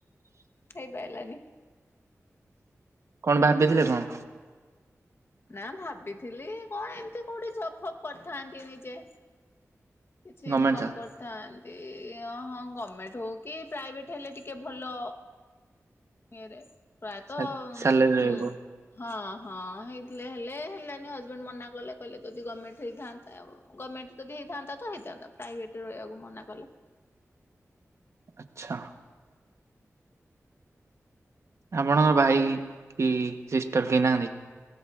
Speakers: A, on the left; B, on the right.
A: ହେଇପାଇଲାନି।
B: କଣ ଭାବିଥିଲେ କଣ?
A: ନା ଭାବିଥିଲି କଣ ଏମତି କୋଉଠି ଜବ୍ ଫବ୍ କରିଥାନ୍ତି ନିଜେ। କିଛି
B: ଗମେଣ୍ଟ
A: ଇନକମ କରିଥାନ୍ତି ହଁ ଗଭର୍ମେଣ୍ଟ ହଉ କି ପ୍ରାଇଭେଟ ହେଲେ ଟିକେ ଭଲ ଇଏରେ। ପ୍ରାୟତଃ
B: ଜବ୍ ସାଲେରୀ ରହିବ
A: ହୁଁ ହଁ ହଁ ହେଇଥିଲେ ହେଲେ ହେଲାନି ହଜବେଣ୍ଡ ମନା କଲେ କହିଲେ ଯଦି ଗଭର୍ଣ୍ଣମେଣ୍ଟ ହେଇଥାନ୍ତା ଗମେ ମେଣ୍ଟ ଯଦି ହେଇଥାନ୍ତା ତ ହେଇଥାନ୍ତା ପ୍ରାଇଭେଟରେ ରହିବାକୁ ମନା କଲା।
B: ଆଛା ଆପଣଙ୍କ ଭାଇ କି ସିଷ୍ଟର କେହି ନାହାନ୍ତି?